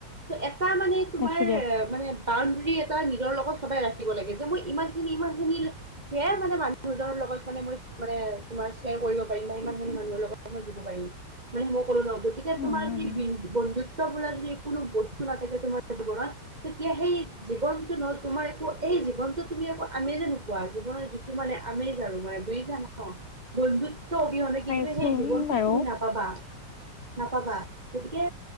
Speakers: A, on the right; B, on the left.
A: ত' এটা মানে তোমাৰ
B: পাইছো দিয়া
A: মানে বাউণ্ডৰী এটা নিজৰ লগত সদাই ৰাখিব লাগে যে মই ইমানখিনি ইমানখিনি ল সেয়াই মানে মানুহজৰ লগত মানে মই মানে তোমাৰ চ শ্বেয়াৰ কৰিব পাৰিম বা ইমানখিনি মানুহৰ লগত মই দিব পাৰিম। মানে মই ক'লো ন' গতিকে
B: উম
A: তোমাৰ যদি
B: উম
A: বিন বন্ধুত্ব বোলা যদি কোনো বস্তু নাথাকে তোমাৰ জীৱনত তেতিয়া সেই জীৱনটো নহ তোমাৰ একো এই জীৱনটো তুমি একো আমেজে নোপোৱা, জীৱনৰ যি টো মানে আমেজ আৰু মানে বুজিছা ন'? বন্ধুত্ব অবিহনে
B: পাইছো
A: কিন্তু সেই জীৱনটোত
B: বাৰু
A: তুমি নাপাবা। নাপাবা, গতিকে